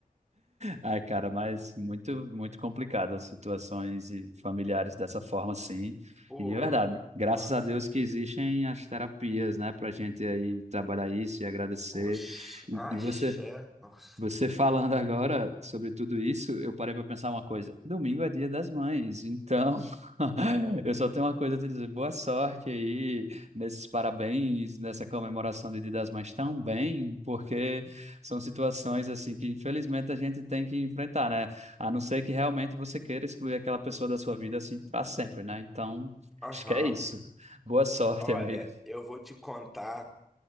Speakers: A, on the right; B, in the centre.
A: Ai, cara, mas muito, muito complicado as situações e familiares dessa forma, sim.
B: Pô,
A: E de verdade, graças
B: nossa.
A: a Deus que existem as terapias, né, pra gente aí trabalhar isso e agradecer.
B: Oxi, axé.
A: E, e você
B: Nossa.
A: você falando agora sobre tudo isso, eu parei para pensar uma coisa. Domingo é dia das mães, então <laughs> eu só tenho uma coisa a te dizer. Boa sorte aí nesses parabéns, nessa comemoração de Dia das Mães também, porque são situações assim que infelizmente a gente tem que enfrentar, né? A não ser que realmente você queira excluir aquela pessoa da sua vida assim para sempre, né? Então,
B: Aham.
A: acho que é isso. Boa sorte,
B: Olha,
A: amigo.
B: eu vou te contar